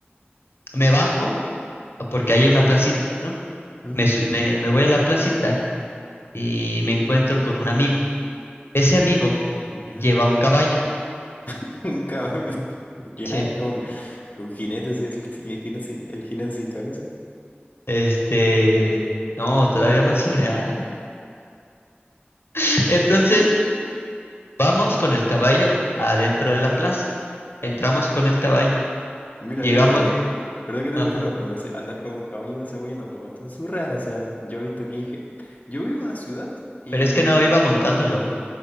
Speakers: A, on the left; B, on the left.
A: me bajo porque hay una placita, ¿no?
B: ¿Mm?
A: Me, su- me, me voy a la placita y me encuentro con un amigo. Ese amigo
B: Ya,
A: lleva un caballo.
B: <laughs> un cabrón. Ya,
A: Sí.
B: con, con jinetes, es el, sin- el jinete sin, el jinete sin cabeza.
A: Este, no, todavía más surreal. <laughs> Entonces, vamos con el caballo adentro de la plaza. Entramos
B: Mm.
A: con el caballo.
B: Mira,
A: Llegamos,
B: mira, mira, que. Verdad que te
A: ajá.
B: turno, pero así, andar con un caballo según yo tampoco es tan surreal. O sea, yo he visto aquí. ge- Yo vivo en una ciudad y.
A: Pero es que no iba montándolo,